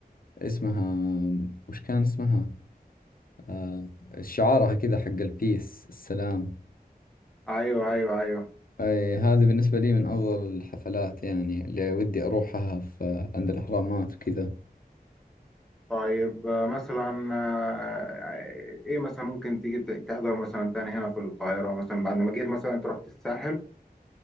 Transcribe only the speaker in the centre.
ايوه ايوه ايوه
طيب آه، مثلا آه، ايه مثلا ممكن تيجي ت- تحضر مثلا تاني هنا في القاهرة مثلا بعد ما جيت مثلا انت رحت الساحل